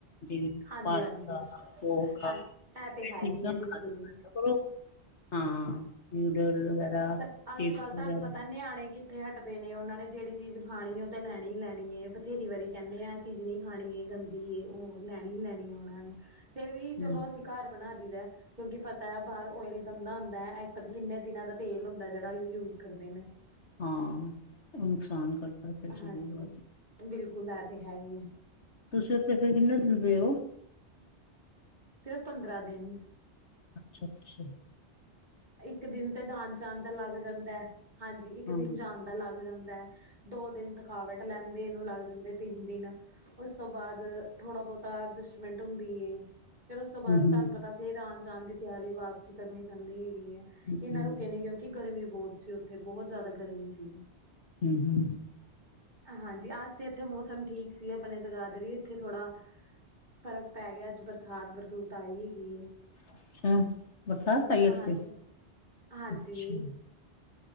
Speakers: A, on the left; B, on the right.
A: ਜਿਵੇਂ
B: ਹਾਂਜੀ
A: ਪਾਸਤਾ
B: ਹਾਂਜੀ
A: ਉਹ ਖਾ
B: ਹਾਂ
A: <inaudible>
B: ਇਹ ਤੇ ਹੈ ਹੀ ਹੈ ਬਿਲਕੁਲ ਪਰ ਅੱਜ-ਕੱਲ੍ਹ
A: ਚਿਪਸ
B: ਤੁਹਾਨੂੰ
A: ਵਗੈਰਾ
B: ਪਤਾ ਨਿਆਣੇ ਕਿ ਕਿੱਥੇ ਹਟਦੇ ਨੇ, ਉਹਨਾਂ ਨੇ ਜਿਹੜੀ ਚੀਜ਼ ਖਾਣੀ ਐ ਉਹ ਤਾਂ ਲੈਣੀ ਹੀ ਲੈਣੀ ਏ ਬਥੇਰੀ ਵਾਰੀ ਕਹਿੰਨੇ ਆ ਏ ਚੀਜ਼ ਨੀ ਖਾਣੀ, ਏ ਗੰਦੀ ਏ ਉਹ ਲੈਣੀ ਲੈਣੀ ਏ ਉਹਨਾ ਨੇ, ਫੇਰ ਵੀ
A: ਹੂੰ
B: ਚਲੋ ਅਸੀ ਘਰ ਬਣਾ ਦੇਈ ਦਾ, ਕਿਉਂਕਿ ਪਤਾ ਐ ਬਾਹਰ ਓਇਲ ਗੰਦਾ ਹੁੰਦੈ ਐ ਪਤਾ ਕਿੰਨੇ ਦਿਨਾਂ ਦਾ ਤੇਲ ਹੁੰਦਾ ਜਿਹੜਾ ਯੂਜ ਕਰਦੇ ਨੇ।
A: ਹਾਂ ਉਹ ਨੁਕਸਾਨ ਕਰਦਾ ਫਿਰ
B: ਹਾਂਜੀ
A: ਸਰੀਰ ਵਾਸਤੇ
B: ਬਿਲਕੁਲ ਐ ਤੇ ਹੈ ਹੀ ਐ।
A: ਤੁਸੀਂ ਉੱਥੇ ਫੇਰ ਕਿੰਨੇ ਦਿਨ ਰਹੇ ਓ?
B: ਸਿਰਫ ਪੰਦਰਾਂ ਦਿਨ।
A: ਅੱਛਾ-ਅੱਛਾ।
B: ਇੱਕ ਦਿਨ ਤੇ ਜਾਣ ਜਾਣ ਦਾ ਲੱਗ ਜਾਂਦਾ ਐ, ਹਾਂਜੀ ਇੱਕ
A: ਹਾਂ
B: ਦਿਨ ਜਾਣ ਦਾ ਲੱਗ ਜਾਂਦਾ, ਦੋ ਦਿਨ ਥਕਾਵਟ ਲੈਂਦੀ ਨੂੰ ਲੱਗ ਜਾਂਦੇ ਤਿੰਨ ਦਿਨ ਉਸ ਤੋਂ ਬਾਅਦ ਥੋੜ੍ਹਾ ਬਹੁਤਾ ਅਡਜਸਟਮੈਂਟ ਹੁੰਦੀ ਏ। ਫੇਰ ਉਸ ਤੋਂ ਬਾਅਦ
A: ਹੂੰ ਹੂੰ
B: ਤੁਹਾਨੂੰ ਪਤਾ ਫੇਰ ਆਣ-ਜਾਣ ਦੀ ਤਿਆਰੀ ਵਾਪਸੀ ਕਰਨੀ ਪੈਂਦੀ ਹੈਗੀ ਐ।
A: ਹੂੰ
B: ਇੰਨਾ ਰੁਕੇ ਨੀ ਕਿਉਂਕਿ ਗਰਮੀ ਬਹੁਤ ਸੀ ਉੱਥੇ, ਬਹੁਤ ਜ਼ਿਆਦਾ ਗਰਮੀ ਸੀ ਗੀ।
A: ਹੂ ਹੂ
B: ਹਾਂਜੀ ਆਜ ਤੇ ਇੱਥੇ ਮੌਸਮ ਠੀਕ ਸੀ ਆਪਣੇ ਜਗਾਦਰੀ, ਇੱਥੇ ਥੋੜਾ ਫਰਕ ਪੈ ਗਿਆ ਅੱਜ ਬਰਸਾਤ-ਬਰਸੂਤ ਆਈ ਹੈਗੀ ਏ।
A: ਅੱਛਾ, ਬਰਸਾਤ ਆਈ
B: ਹਾਂਜੀ
A: ਇੱਥੇ?
B: ਹਾਂਜੀ।
A: ਅੱਛਾ